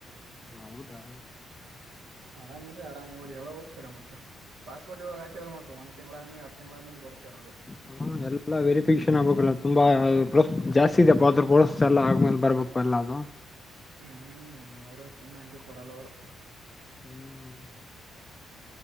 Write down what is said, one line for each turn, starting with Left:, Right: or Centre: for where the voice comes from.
Left: ಹೌದಾ
Right: ಆರಾಮ್ ಇ್ರರಿ ಆರಾಮ್ ಹೋಗ್ರಿ ಯಾವಾಗ ಹೋಗ್ತರ ಮತ್ತೆ ಪಾಸ್ಪೋರ್ಟ್ ಇವಾಗ ಹಾಕಿದ್ರ ಮತ್ತೆ ಒಂದ್ ತಿಂಗಳಾದ ಆದ್ಮಲೆ ಎರಡು ತಿಂಗ್ಗಳಾದ್ಮೇಲೆ ಬತೀವಿ ಅನ್ನೋದು
Left: ಹ ಎಲ್ಲಾ ವೆರಿಫಿಕೇಶನ್ ಆಗ್ಬೇಕಲ್ಲ ತುಂಬಾ ಜಾಸ್ತಿ ಇದೆ ಅದ್ರರು ಬಳಸ ಎಲ್ಲ ಆದ್ಮೇಲೆ ಬರ್ಬೇಕು ಎಲ್ಲ ಅದು
Right: ಹ್ಮ್ ಅವ್ರೇನ್ ಸುಮ್ನೆ ಹಂಗೆ ಕೊಡಲ್ಲ ಅವ್ರು
Left: ಹ್ಮ್